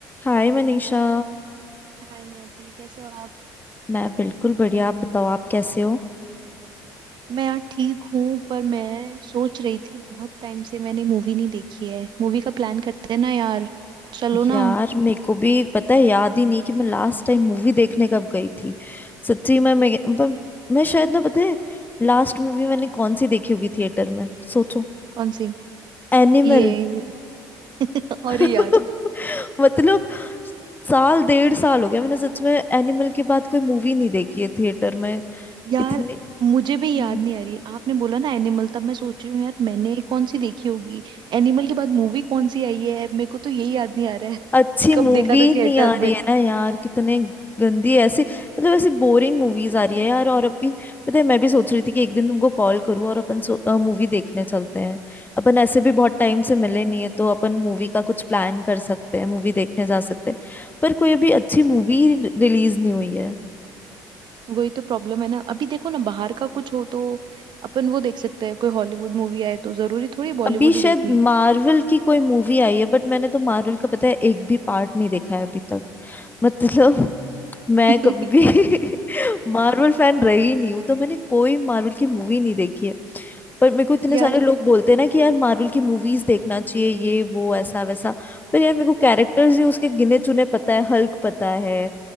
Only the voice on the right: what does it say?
हाय नियति कैसे हो आप
मैं यार ठीक हूँ पर मैं सोच रही थी बहुत टाइम से मैंने मूवी नहीं देखी है मूवी का प्लान करते हैं ना यार चलो ना
कौन सी
ये अरे
यार
यार
मुझे भी याद
नहीं आ रही आपने बोला ना एनिमल तब मैं सोच रही हूँ यार मैंने कौन सी देखी होगी एनिमल के बाद मूवी कौन सी आई है मेरे को तो यही याद नहीं आ रहा है कि
कब
देखा था
थिएटर
में
वही तो प्रॉब्लम है ना अभी देखो ना बाहर का कुछ हो तो अपन वो देख सकते हैं कोई हॉलीवुड मूवी आए तो जरूरी थोड़ी बॉलीवुड
ही देखनी है
<laughs>
यार